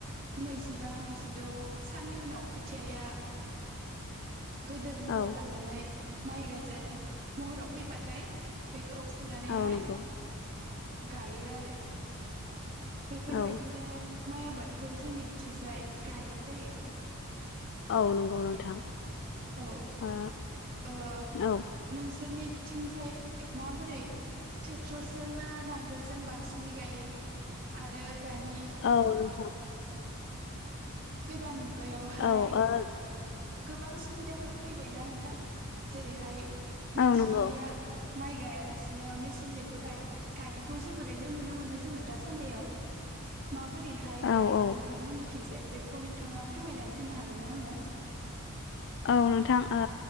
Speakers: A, on the right; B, on the left.
A: नैजिबा नैजिद' साननि उनाव खोथियाया गोदोर महर
B: औ
A: लानानै माइ गायजानाय महराव फैबाथाय बेखौ फुनानैहाय
B: औ नंगौ
A: गायो आरो बेफोरबायदिनो
B: औ
A: माइ आबादखौ जोंनि बिथिंजाय गायनाय जायो
B: औ नंगौ नोंथां
A: औ
B: ओ
A: ओ
B: औ
A: नोंसोरनिथिंजाय माबोरै ट्रेक्टरजों ना नांगोलजों बांसिनै गायो आरो दानि
B: औ नोंथां
A: गोदान मुग गायावहाय
B: औ ओ
A: गोबां सुबिदाफोर फैबायना नोंथां जेरैहाय मानसिया
B: औ नंगौ
A: माइ गायालासिनो मेसिनजोंबो गाय-गायनायखौ जोबोरैनो नुनो मोनो जोङो दासान्दियाव माबोरैहाय
B: औ
A: गायो
B: औ
A: नोंथांमोननिथिंजाय बेखौ नोंथाङा फोरमायनानै होनो हागोन ना आंनो
B: औ नोंथां ओ